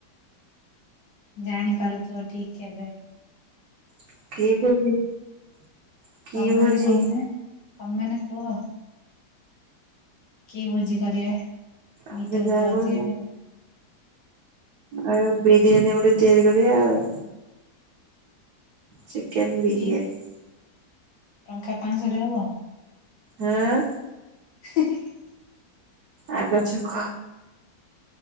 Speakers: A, on the left (about 75°); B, on the right (about 65°).
A: ଜାଣିପାରୁଥିବ ଠିକ କେବେ?
B: <unintelligible>
A: ତମେମାନେ
B: ଭୋଜି
A: କହୁନ ତମେମାନେ କୁହ। କି ଭୋଜି କରିବା?
B: ଆମେ
A: ଗୀତ ଫିତ
B: ଯାହା
A: ବଜେଇବେ
B: କହିବୁ। ଆଉ ବିରିୟାନୀ ଗୋଟେ ତିଆରି କରିବା ଆଉ। ଚିକେନ ବିରିୟାନୀ।
A: କି ଟଙ୍କା ପାଁଶହରେ ହବ।
B: ଆଁ
A: <inaudible>
B: ଆଗଛକ।